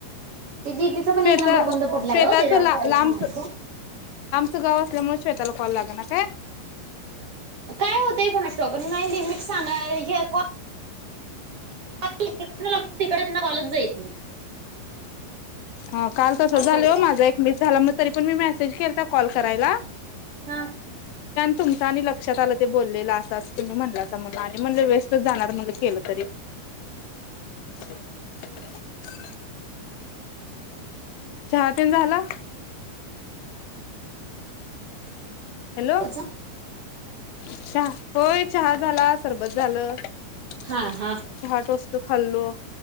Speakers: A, on the right; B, on the left.
A: ते दिदीचा पण
B: शेत
A: एक नंबर बंद पडलाय
B: शेताच
A: हो त्याच्यावर
B: ला
A: करायची
B: लांबच
A: म्हणालतो
B: च गाव असल्यामुळे शेताला कॉल लागना काय
A: काय होतंय कोणास ठाऊक नाही लिमिट सांगा हे कोन तिकडे त्यांना कालच जाईत नाही
B: ह काल तस
A: असं
B: झालं
A: होतय
B: हो माझा एक मिस झाला म तरी पण मी मेसेज केलता कॉल करायला
A: हा
B: तुमच आणि लक्षात आलं ते बोललेलं आस आसच तुम्ही म्हणल्यासा म्हण आणि म्हणले वेस्टच जाणार म्हणलं केलं तरी <unintelligible> चहातेन झाला हॅलो
A: अच्छा
B: चहा होय चहा झाला सरबत झालं धा
A: हा हा
B: आट वस्तू खाल्लो